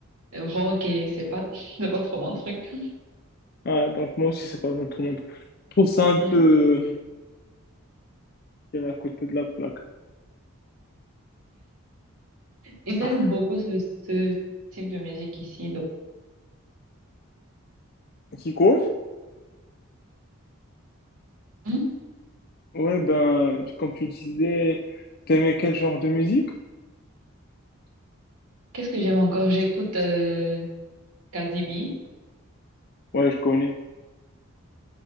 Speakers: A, on the right (about 85°); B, on the left (about 45°).
A: euh, rock et c'est pas, <laughs> c'est pas trop mon truc.
B: Ah, donc moi aussi, c'est pas bon tout le monde. Je trouve ça un
A: Ouais.
B: peu euh, à côté de la plaque.
A: Ils
B: Ah.
A: aiment beaucoup ce, ce type de musique ici. donc.
B: Kiko?
A: Hmm.
B: Ouais, ben, tu- comme tu disais, t'aimais quel genre de musique?
A: Qu'est-ce que j'aime encore? J'écoute euh, Cardi B. Il
B: Ouais, je connais.